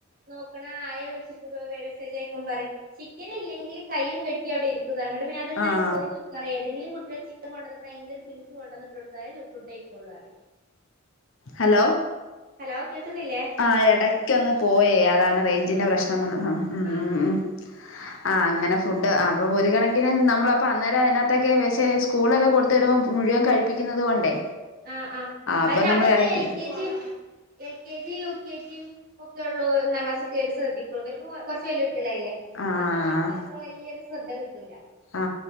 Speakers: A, on the right; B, on the left.
A: നോക്ണെ ആയ വിളിച്ചിട്ട് മെസ്സേജ് അയക്കുബൊ പറിം ചിക്കന് ഇല്ലെങ്കില് കയ്യും കെട്ടി അവിടെ ഇരിക്കും ന്നറിയും എന്നിട്ട് പിന്നെ ത് ങ്ങനെ
B: ആഹ്
A: പോയി നോക്കും ഏതെങ്കിലും കുട്ടിയാൾ ചിക്കൻ കൊണ്ടന്ന് ക്കണോ അയിനൊരു പീസ് കൊണ്ടന്ന് ഇട്ട് കൊടുത്താ ഫുഡ് അയിക്കൊള്ളൂ റയും
B: ഹലോ
A: ഹലോ കേള്ക്കുന്നില്ലേ
B: ആഹ് എടയ്ക്കൊന്ന് പോയേ അതാണ് റേഞ്ചിന്റെ
A: ആഹ്
B: പ്രശ്നം
A: ആഹ്
B: വന്നതാണ് മ്മ്
A: ആഹ് ആഹ്
B: മ്മ് ആഹ് അങ്ങനെ ഫുഡ് അ ഒരു കണക്കിന് നമ്മള് അപ്പൊ അന്നേരെ അതിനകത്തൊക്കെ പക്ഷേ സ്കൂളൊക്കെ കൊടു തരുമ്പോ മുഴുവൻ കഴിപ്പിക്കുന്നത് കൊണ്ടേ
A: ആഹ് ആഹ്
B: അപ്പൊ
A: അയിന്
B: നമ്മൾ
A: അതൊക്കെ
B: എടക്ക്
A: എൽ K G L K G U K ജിയും ഒക്കെ ഒള്ളൂ ഒന്നാം ക്ലാസ്സ് ഒക്കെയായിട്ട് ശ്രദ്ധിക്ക അവരികുറച്ച്പ്പൊ വെല്ല്യ കുട്ടികളായില്ലേ
B: ആഹ്
A: ആ സമയത്ത് അത്ര വലിയൊരു ശ്രദ്ധ കിട്ടൂല
B: ആ